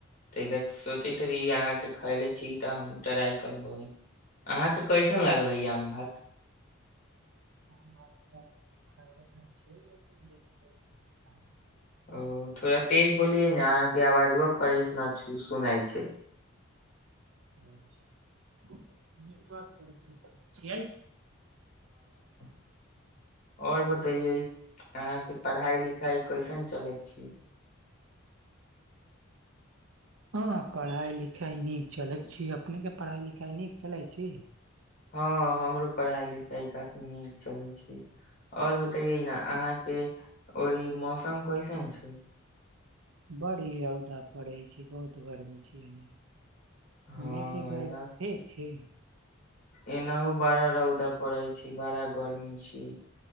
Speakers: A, on the left; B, on the right.
A: त सोचैती अहाँके खैले छी तऽ हम ट्राई करबै अहाँके कैसन लागले आम भात
B: ह भात तऽ ख <unintelligible>
A: ओ थोड़ा तेज बोलिये ने अहाँके आवाज फ्रेश न सुनाइ छै
B: <inaudible>
A: आओर बता अहाँ के पढ़ाई लिख गाय कैसन चलै छी
B: हँ पढ़ाइ लिखाइ नीक चलैत छी अपनेके पढ़ाइ लिखाइ नीक चलैत छी
A: हँ हमरो पढ़ाइ लिखाइ काफी नीक चलै छै आओर बतैयै ने अहाँके री मौसम कैसन छै
B: बड़ी रौदा पड़ै छै बहुत गर्मी छी एन्न
A: हँ
B: ओनेके ग
A: एना
B: ठीक छी
A: एनाहु बड़ा रौदा पड़ै छै बड़ा गर्मी छीिय